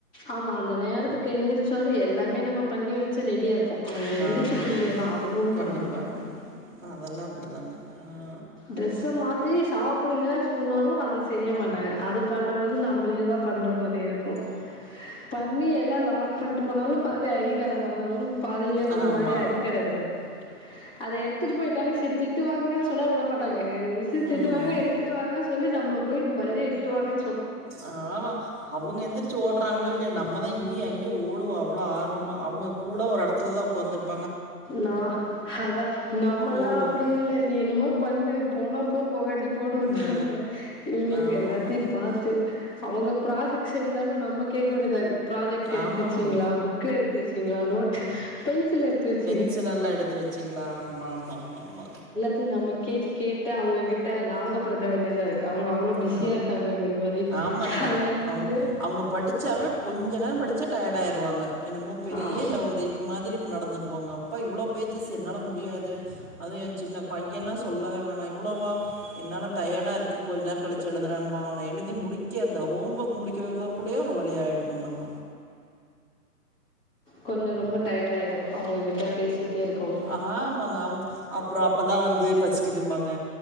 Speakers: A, on the left (about 30°); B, in the centre.
A: ஆமா அந்த நேரத்துக்கு எந்திரிச்சாலு எல்லாமே நம்ம பண்ணி வெச்சு ரெடியா இருக்கு ஆ எந்திரிச்சு
B: ஆமா
A: குளிய தா அதுவு
B: கண்டிப்பா
A: பண்ண மாட்டாங்க
B: அதெல்லா அப்டிதாங்க ஆ
A: ட்ரெஸ்ஸ மாத்தி சாப்டுங்க சொன்னாலு அத செய்ய மாட்டாங்க அது பண்றது வந்து நம்மளே தா பண்ற மா ரி இருக்கு பண்ணி எல்லா லாக் பண்ணிட்டு போனாலு பருதி ஐ டி அத மறந்துரு பாதிலயே வந்து
B: ஆ ஆமா
A: மறுபடியு அடிக்டட் எடுத்துரு அத எடுத் துட்டு போயிட்டாங்க செரி திட்டுவாங்கன் சொன்னா விட மாட்டாங்க எங்க‌ மிஸ்ஸு திட்டுவாங்க
B: ம்
A: எடுத்துட்டு வாங்கன் சொல்லி நம்மள போய் மறுபடியு எட்டுவாங்க
B: ஆ ஆனா அவுங்க எந்திரிச்சு ஓட்றாங்களோ இல்லையோ நம்ம தா இங்கயு அங்கயு ஓடுவோ அவ்ளோ ஆர்வமா அவ்ங்க கூலா ஒரு எடத்துல தா ஒக்காந்துருப்
A: நா அதா நம்மலா
B: ஓடுவோம்
A: அப்டி இல்ல நீ என்னமோ பண்ணு போனா போ போகாட்டி போனு விட்ருவாங்க
B: ஆ
A: இவ்ங்களுக்கு
B: ஆமாம்மா
A: எல்லாத்தையு பாத்து அவ்ங்க ப்ராஜெக்ட் செஞ்சாலு நம்ம கேக்க வேண்டியதா இருக்கு ப்ராஜெக்ட் எடுத்து
B: ஆமாம்மா
A: வெச்சிங்ளா புக் எடுத்து வெச்சிங்ளா நோட்டு பென்சில் எடுத்து வெச்சி
B: ன்சிலெல்லா எடுத்து வெச்சிஙளா ஆமாம்மாம்மாம்மா
A: த்தயு நம்ம கேட்டு கேட்டு அவ்ங்ககிட்ட நாபகப்படுத்த வேண்டியதா இருக்கு அவ்ங்க அவ்ளோ பிஸியா
B: ஆ
A: இருக்காங்கங்கிற மாரி
B: ஆமாங்க
A: காலைல இருந்து
B: அவுங் அவுங்க படிச்சாவே கொஞ்ச நேர படிச்சா டயர்ட் ஆயிருவாங்க என்னமோ பெரிய
A: ஆமா
B: ஒரு இது மாதிரி நடந்துக்குவாங்க அப்பா இவ்வளோ பேஜஸ் என்னால முடியாது அதுவு எ சின்ன பையனா சொல்லவே வேணா இவ்ளோவா என்னால டயர்டா இருக்கு கொஞ்ச நேர கழிச்சு எழுதுறன்பா அவன எழுதி முடிக்க இந்த ஹோம் ஒர்க் முடிக்க வெக்கற்க்குள்ளயு ஒரு வழி ஆய்ட்ணு நம்ம
A: கொஞ்ச ரொம்ப டயர்ட் ஆயிரு அவ்ங்களுக் கிட்ட பேசிட்டே இருக்கவு
B: ஆமாங்க அவ்ங்க அப்றோ அப்பதா வந்து பசிக்குன்பாங்க